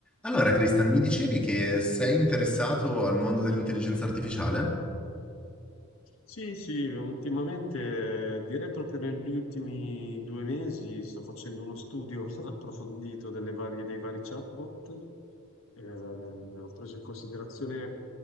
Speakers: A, in the centre; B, on the left (about 70°).
A: Allora, Christian, mi dicevi che sei interessato al mondo dell'intelligenza artificiale?
B: Sì, sì, ultimamente eh, direi proprio negli ultimi 2 mesi sto facendo uno studio <laughs> approfondito delle varie, dei vari chatbot. Eh, ho preso in considerazione,